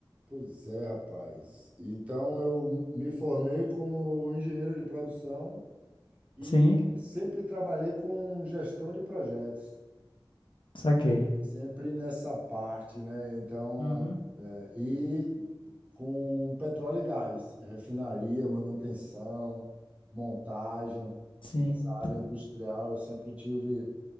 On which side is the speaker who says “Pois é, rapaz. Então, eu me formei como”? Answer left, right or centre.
Right